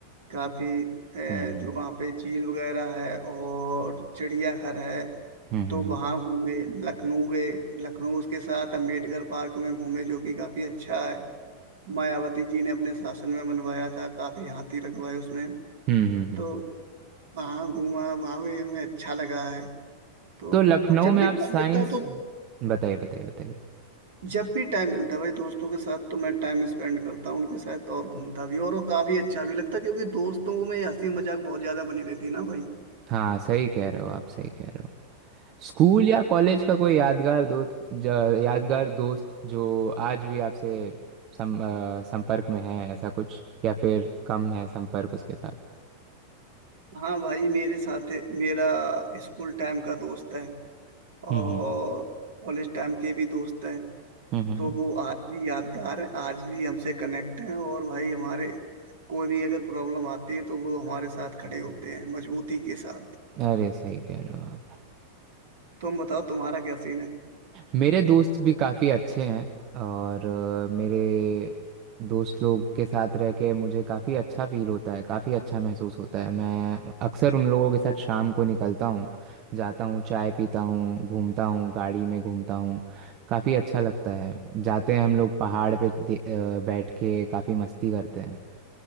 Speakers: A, on the right; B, on the right.
A: काफी ए,
B: हम्म हम्म
A: जो वहाँ पे झील वगैरह है और चिड़ियाघर है
B: हम्म
A: तो
B: हम्म
A: वहाँ घूमे लखनऊ गए लखनऊ उसके साथ अम्बेडकर पार्क में घूमे जो कि काफी अच्छा है मायावती जी ने अपने शासन में बनवाया था काफी हाथी लगवाए उसमें
B: हम्म, हम्म, हम्म।
A: तो वहाँ घूमा वहाँ भी हमें अच्छा लगा है तो
B: तो लखनऊ
A: और जब
B: में
A: भी
B: आप
A: टाइम
B: साइंस
A: मिलता है तो
B: बताइए बताइए बताइए
A: जब भी टाइम मिलता है भाई दोस्तों के साथ तो मैं टाइम स्पेंड करता हूँ उनके साथ और घूमता भी और वो काफी अच्छा भी लगता है क्योंकि दोस्तों में हंसी मजाक बहुत ज्यादा बनी रहती है ना भाई
B: हाँ सही कह रहे हो आप सही कह रहे हो स्कूल या कॉलेज का कोई यादगार दोस्त ज- यादगार दोस्त जो आज भी आपसे सम, अ, संपर्क में है ऐसा कुछ या फिर कम है संपर्क उसके साथ
A: हाँ भाई मेरे साथ मेरा स्कूल टाइम का दोस्त है
B: हम्म
A: और
B: हम्म
A: कॉलेज टाइम के भी दोस्त हैं
B: हम्म हम्म,
A: तो वो आज भी यादगार है आज भी हमसे कनेक्ट हैं और भाई हमारे कोई भी अगर प्रॉब्लम आती है तो वो हमारे साथ खड़े होते हैं मजबूती के साथ
B: हम्म। अरे सही कह रहे हो आप
A: तुम बताओ तुम्हारा क्या सीन है
B: मेरे दोस्त भी काफ़ी अच्छे हैं और अ, मेरे दोस्त लोग के साथ रह के मुझे काफ़ी अच्छा फील होता है काफ़ी अच्छा महसूस होता है मैं अक्सर उन लोगों के साथ शाम को निकलता हूँ जाता हूँ चाय पीता हूँ घूमता हूँ गाड़ी में घूमता हूँ काफ़ी अच्छा लगता है जाते हैं हम लोग पहाड़ पे दे- अ, बैठ के काफ़ी मस्ती करते हैं